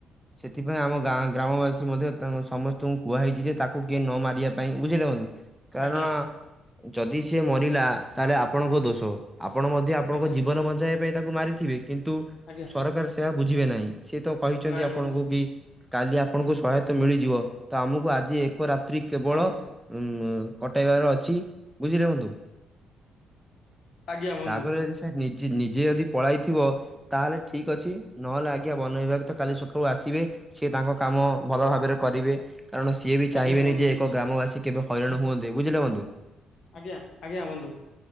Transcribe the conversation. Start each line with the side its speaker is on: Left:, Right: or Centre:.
Centre: ସେଥିପାଇଁ ଆମ ଗାଁ ଗ୍ରାମବାସୀ ମଧ୍ୟ ସମସ୍ତଙ୍କୁ କୁହାହେଇଛି ଯେ ତାକୁ କିଏ ନ ମାରିବା ପାଇଁ ବୁଝିଲେ ବନ୍ଧୁ। କାରଣ
Left: ଆଜ୍ଞା
Centre: ଯଦି ସିଏ ମରିଲା ତାହେଲେ ଆପଣଙ୍କ ଦୋଷ। ଆପଣ ମଧ୍ୟ ଆପଣଙ୍କ
Left: ଆଜ୍ଞା
Centre: ଜୀବନ ବଞ୍ଚାଇବା ପାଇଁ ତାକୁ ମାରିଥିବେ କିନ୍ତୁ
Left: ଆଜ୍ଞା
Centre: ସରକାର ସେ ବୁଝିବେ ନାହିଁ ସିଏ ତ କହିଛନ୍ତି
Left: ନାଇଁ
Centre: ଆପଣଙ୍କୁ
Left: ବନ୍ଧୁ
Centre: କି କାଲି ଆପଣଙ୍କୁ ସହାୟତା ମିଳିଯିବ ତ ଆମକୁ ଆଜି ଏକ ରାତ୍ରି କେବଳ
Left: ଆଜ୍ଞା
Centre: ଉଁ କଟାଇବାର ଅଛି ବୁଝିଲେ ବନ୍ଧୁ।
Left: ଆଜ୍ଞା ବନ୍ଧୁ
Centre: ତାପରେ ଯଦି ସେ ନି ନିଜେ ନିଜେ ଯଦି ପଳାଇଥିବ ତାହେଲେ ଠିକ ଅଛି ନହେଲେ ଆଜ୍ଞା ବନ ବିଭାଗ ତ କାଲି ସକାଳୁ ଆସିବେ। ସିଏ ତାଙ୍କ କାମ ଭଲ ଭାବରେ କରିବେ କାରଣ ସିଏ ବି
Left: ଆଜ୍ଞା
Centre: ଚାହିଁବେନି
Left: ବନ୍ଧୁ
Centre: ଯେ ଏକ ଗ୍ରାମବାସୀ କେବେ ହଇରାଣ ହୁଅନ୍ତେ ବୁଝିଲେ ବନ୍ଧୁ।
Left: ଆଜ୍ଞା ଆଜ୍ଞା ବନ୍ଧୁ।